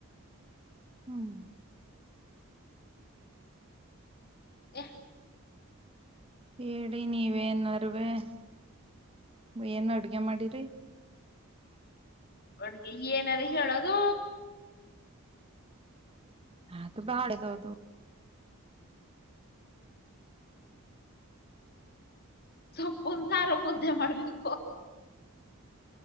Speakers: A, on the right; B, on the left.
A: ಹ್ಮ್
B: ಯಾ
A: ಹೇಳಿ ನೀವೇ ಏನಾರುವುವೆ ಏನು ಅಡ್ಗೆ ಮಾಡಿರಿ
B: ಹಡ್ಗೆ ಏನಾರ ಹೇಳೋದು
A: ಹಾ ತ ಬಾಳೆದುದು <unintelligible>
B: ಸಪ್ಪೊಂದ್ಸಾರು ಮುದ್ದೆ ಮಾಡ್ಬೇಕಕ್ಕ